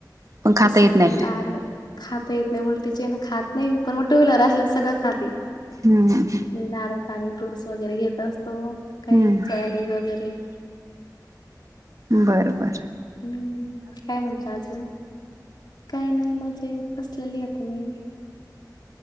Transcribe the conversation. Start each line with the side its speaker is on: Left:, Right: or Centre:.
Right: पण खाता
Left: अस
Right: येत नाही
Left: नार, खाता येत नाही उलटीच्या ह्यानं खात नाही पण मग टू व्हीलर असलं तर सगळं खाते.
Right: हम्म ह.
Left: नारळ पाणी, फ्रूट्स वगैरे घेत असतो, काही
Right: हम्म
Left: चायनीज वगैरे
Right: बर बर.
Left: हम्म, काय म्हणतात? काही नाही मजेत बसलेलीय, आ तुम्ही?